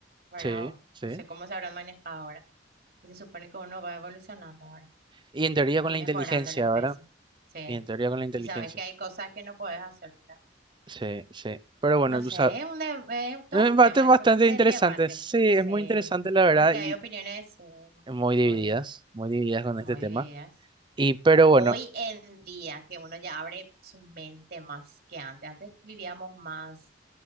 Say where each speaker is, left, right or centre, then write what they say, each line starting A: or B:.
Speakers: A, on the right; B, on the right.
A: ¿verdad?
B: Sí,
A: O
B: sí.
A: no sé cómo se habrán manejado ahora. Y se supone que uno va evolucionando ahora
B: Y en teoría
A: y
B: con la
A: mejorando
B: inteligencia,
A: la especie.
B: ¿verdad?
A: Sí.
B: Y en teoría con la inteligencia.
A: Y sabes que hay cosas que no puedes hacer, ¿verdad?
B: Sí, sí. Pero bueno,
A: No sé,
B: o sea,
A: es un de- es todo
B: eh,
A: un
B: bate
A: tema,
B: bastante
A: es todo un de-
B: interesante.
A: debate.
B: Sí,
A: Sí.
B: es muy interesante la verdad
A: Porque hay
B: y
A: opiniones, sí,
B: muy
A: muy,
B: divididas, muy divididas con
A: muy
B: este tema.
A: divididas.
B: Y pero
A: Hoy
B: bueno,
A: en día, que uno ya abre su mente más que antes. Antes vivíamos más,